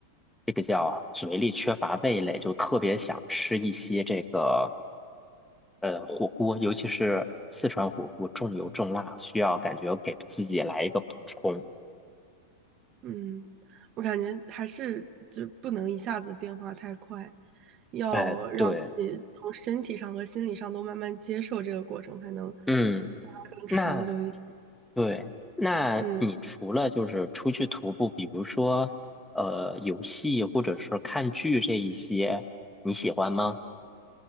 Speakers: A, in the centre; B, on the right (about 35°).
A: 这个叫嘴里缺乏味蕾，就特别想吃一些这个呃火锅，尤其是四川火锅，重油重辣，需要感觉给自己来一个补充。
B: 嗯，我感觉还是就不能一下子变化太快，要让自己从身体上和心理上都慢慢接受这个过程，
A: 哎，对，
B: 才能
A: 嗯，
B: 让它更长久一点。
A: 那对，那你除了就是出去徒步，
B: 嗯。
A: 比如说呃游戏或者是看剧这一些，你喜欢吗？